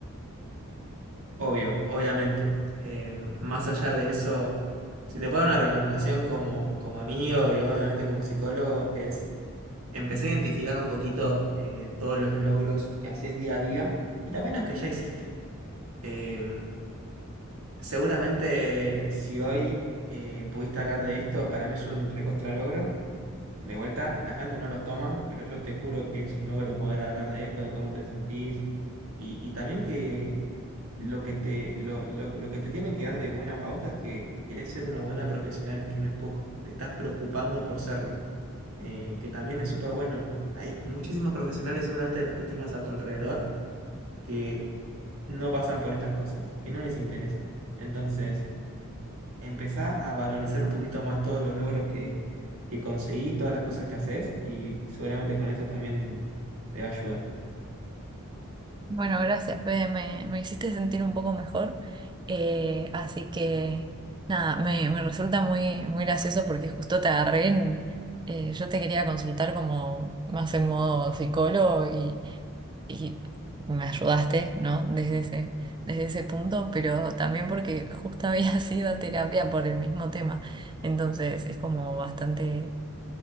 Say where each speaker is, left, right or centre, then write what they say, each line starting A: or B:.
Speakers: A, on the right; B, on the right.
A: obvio, obviamente. Eh, más allá de eso, si te puedo dar una recomendación como, como amigo y obviamente como psicólogo, es empezar a identificar un poquito eh, todos los logros que haces día a día y también los que ya hiciste. Eh, Seguramente si hoy eh, pudiste hablar de esto, para mí es un recontralogro. De vuelta, la gente no los toma, pero yo te juro que es un logro poder hablar de esto, de cómo te sentís y, y también que lo que te, lo, lo- lo que te tiene que dar de buena pauta es que querés ser una buena profesional, que no es poco, te estás preocupando por serlo, eh, que también es súper bueno. Hay muchísimos profesionales, seguramente de los que tengas a tu alrededor, que no pasan por estas cosas, que no les interesa. Entonces empezá a valorizar un poquito más todos los logros que, que conseguís, todas las cosas que haces, y seguramente con eso también te va a ayudar.
B: Bueno, gracias, Fede, me, me hiciste sentir un poco mejor. eh, así que, nada, me, me resulta muy, muy gracioso porque justo te agarré en... eh, yo te quería consultar como más en modo psicólogo y me ayudaste, ¿no? Desde ese, desde ese punto, pero también porque justo había <laughs> sido a terapia por el mismo tema. Entonces es como bastante,